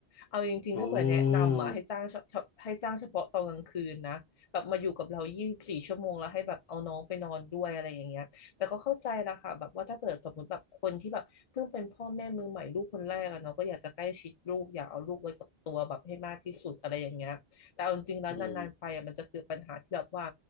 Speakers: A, on the left; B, on the left.
A: เอาจริงๆถ้าเผื่อแนะนำอ่ะให้จ้างเฉพาะให้จ้างเฉพาะตอนกลางคืนนะแบบมาอยู่กับเรายี่สิบสี่ชั่วโมงแล้วให้แบบเอาน้องไปนอนด้วยอะไรอย่างเงี้ย
B: อ๋อ
A: แต่ก็เข้าใจนะคะแบบว่าถ้าเปิดสมมติแบบคนที่แบบเพิ่งเป็นพ่อแม่มือใหม่ลูกคนแรกอะเนาะก็อยากจะใกล้ชิดลูกอยากเอาลูกไว้กับตัวแบบให้มากที่สุดอะไรอย่างเงี้ยแต่เอาจริงๆแล้วนานๆไปอะมันจะเกิดปัญหาที่แบบว่า
B: อืม